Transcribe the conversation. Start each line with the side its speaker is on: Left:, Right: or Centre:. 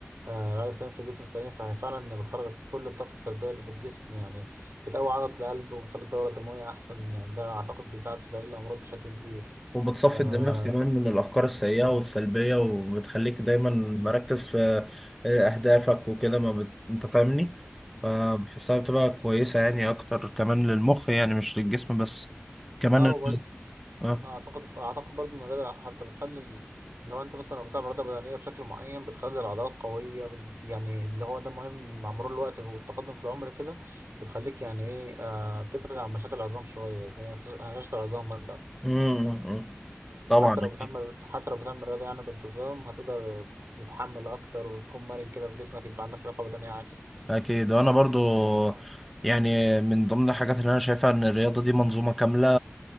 Right: آه العقل السليم في الجسم السليم فهي فعلا بتخرج كل الطاقه السلبيه اللي في الجسم يعني بتقوي عضله القلب وبتخلي الدوره الدمويه احسن يعني ده اعتقد بيساعد في تقليل الامراض بشكل كبير
Centre: وبتصفي
Right: آه
Centre: الدماغ كمان من الأفكار السيئة والسلبية وبتخليك دايما مركز في أهدافك وكده ما بت... أنت فاهمني فبحسها بتبقى كويسة يعني أكتر كمان للمخ يعني مش للجسم بس كمان
Right: اه
Centre: ال-
Right: بس
Centre: آه.
Right: اعتقد اعتقد برضه ان الرياضه حتى بتخلي ال- لو انت مثلا لو بتلعب رياضه بدنيه بشكل معين بتخلي العضلات قويه بت- يعني اللي هو ده مهم مع مرور الوقت والتقدم في العمر كده بتخليك يعني ايه آه بتبعد عن مشاكل العظام شويه زي هش- هشاشه العظام مثلا
Centre: مم، مم، مم. طبعا
Right: حتى لو
Centre: أكيد.
Right: بتعمل حتى لو بتعمل رياضه يعني بانتظام هتقدر تتحمل اكتر وتكون مرن كده في جسمك يبقى عندك لياقه بدنيه عاليه
Centre: اكيد وانا برضو يعني من ضمن الحاجات اللي انا شايفها ان الرياضه دي منظومه كامله